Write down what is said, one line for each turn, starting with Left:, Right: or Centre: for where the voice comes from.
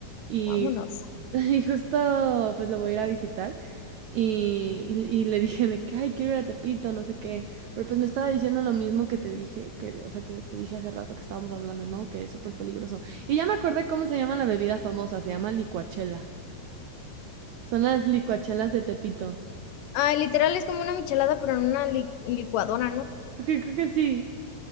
Right: y,
Left: Vámonos.
Right: <laughs> y justo pues lo voy a ir a visitar y, y, y le dije de que, ay, quiero ir a Tepito, no sé qué. Pero pues me estaba diciendo lo mismo que te dije, que, o sea, que te dije hace rato que estábamos hablando, ¿no? Que es súper peligroso. Y ya me acordé cómo se llama la bebida famosa, se llama licuachela. Son las licuachelas de Tepito.
Left: Ay, literal es como una michelada, pero en una li licuadora, ¿no?
Right: Ok, creo que sí.